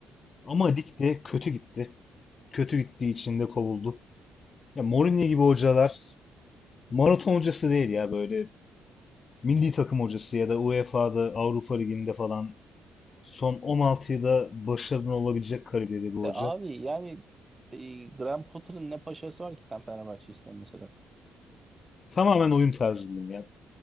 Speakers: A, on the left; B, on the right.
A: Ama ligde kötü gitti. Kötü gittiği için de kovuldu. Ya Mourinho gibi hocalar maraton hocası değil ya böyle milli takım hocası ya da UEFA'da Avrupa Ligi'nde falan son on altıyı da başarılı olabilecek kariyerde bir
B: E,
A: hoca.
B: abi yani e, Graham Potter'ın ne paşası var ki sen Fenerbahçe istiyorsun mesela?
A: Tamamen oyun tarzı diyeyim ya.